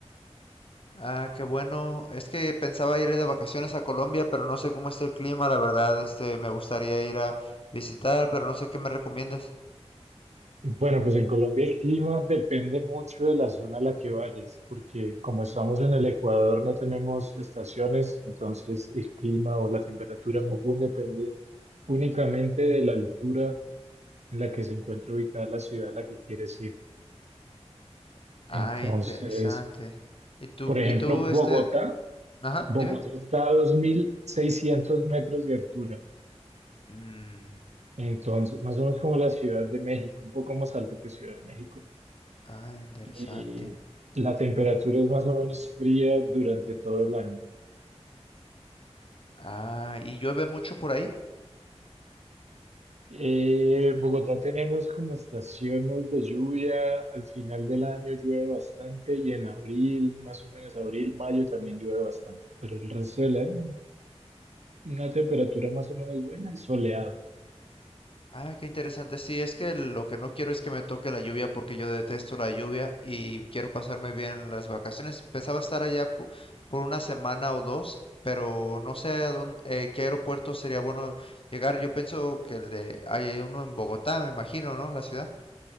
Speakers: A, on the left (about 55°); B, on the right (about 80°).
A: Ah, qué bueno. Es que pensaba ir de vacaciones a Colombia, pero no sé cómo está el clima, la verdad. Este, me gustaría ir a visitar, pero no sé qué me recomiendes.
B: Bueno, pues en Colombia el clima depende mucho de la zona a la que vayas, porque como estamos en el Ecuador no tenemos estaciones, entonces el clima o la temperatura más bien depende únicamente de la altura en la que se encuentra ubicada la ciudad a la que quieres ir.
A: Ah,
B: Entonces,
A: interesante. ¿Y tú,
B: Por ejemplo,
A: y tú,
B: Bogotá,
A: este, ajá,
B: Bogotá
A: dime?
B: está a 2.600 metros de altura,
A: Mm,
B: entonces más o menos como la Ciudad de México, un poco más alto que Ciudad de México.
A: ah, interesante.
B: Y la temperatura es más o menos fría durante todo el año.
A: Ah, ¿y llueve mucho por ahí?
B: Eh, Bogotá tenemos como estaciones de lluvia, al final del año llueve bastante y en abril, más o menos abril, mayo también llueve bastante, pero el resto del año una temperatura más o menos buena y soleada.
A: Ah, qué interesante. Sí, es que lo que no quiero es que me toque la lluvia porque yo detesto la lluvia y quiero pasarme bien las vacaciones. Pensaba estar allá po- por una semana o dos, pero no sé a dónde, eh, qué aeropuerto sería bueno llegar. Yo pienso que el de, hay uno en Bogotá, me imagino, ¿no? La ciudad.